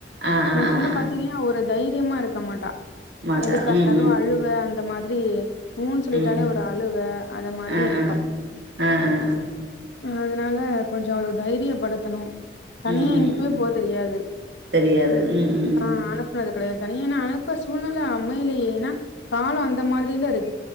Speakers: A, on the right; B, on the left.
A: ஆ ஆ
B: என்
A: ஆ
B: பொண்ணு
A: ஆ
B: பாத்தீங்க ஒரு தைரியமா இருக்க மாட்டா
A: மாட்டா
B: எதுக்கானாலும்
A: ம் ம்
B: அழுவ அ இந்த மாதிரி உன்னு சொல்லிட்டாலே
A: ம் ம்
B: ஒரு அழுவ அத மாதிரி
A: ஆ
B: இருப்பா
A: ஆ ஆ ஆ ஆ
B: ஆஹ் அதனால கொஞ்சம் அவள தைரியப்படுத்தணும் தனியா
A: ம் ம்
B: எங்கயுமே
A: ம்
B: போக தெரியாது
A: தெரியாது ம் ம் ம்
B: ஆஹ் அனுப்புனது கிடையாது தனியான அனுப்ப சூழ்நிலை அமையலேன்னா காலம் அந்த மாரியில இருக்